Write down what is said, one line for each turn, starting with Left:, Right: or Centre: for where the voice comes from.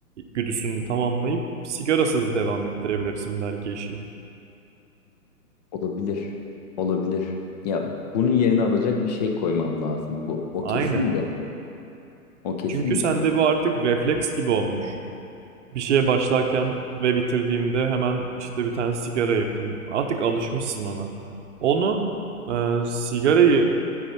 Right: güdüsünü tamamlayıp sigarasız devam ettirebilirsin belki işi.
Left: Olabilir. Olabilir. Ya bunun yerine alacak bir şey koymam lazım. Bu o
Right: Aynen.
Left: kesin de. O kesin
Right: Çünkü sende
Left: de.
Right: bu artık refleks gibi olmuş. Bir şeye başlarken ve bitirdiğimde hemen işte bir tane sigara yakayım. Artık alışmışsın ona. Onu e, sigarayı